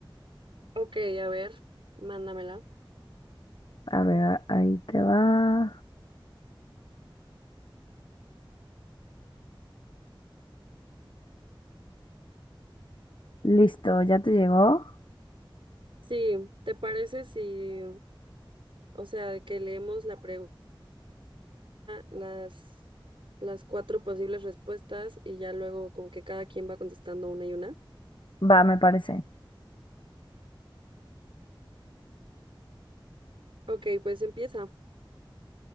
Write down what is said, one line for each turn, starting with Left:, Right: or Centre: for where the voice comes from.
Right: Ok, a ver, mándamela.
Left: A ver, ahí te va. Listo, ¿ya te llegó?
Right: Sí, ¿te parece si, o sea, que leemos la pregunta, las, las cuatro posibles respuestas y ya luego como que cada quien va contestando una y una?
Left: Va, me parece.
Right: Ok, pues empieza.